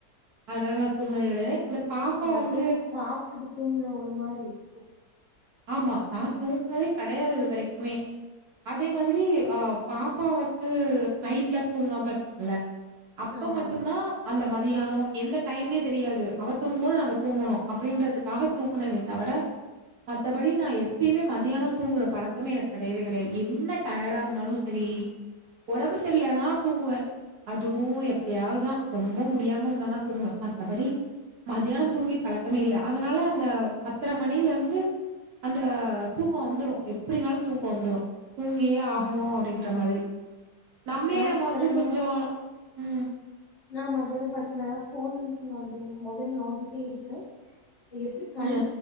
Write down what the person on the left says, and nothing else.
மத்தியானம்
சாப்புட்டுட்டு தூங்குனா ஒரு மாரி இருக்கு
ஆமா
ஆமா
நா
செல
நேரோ
நா மத்யானோ படுக்க நேரோ ஃபோன் மொபைல் நோண்டிட்டே இருப்பே எப்டி கண்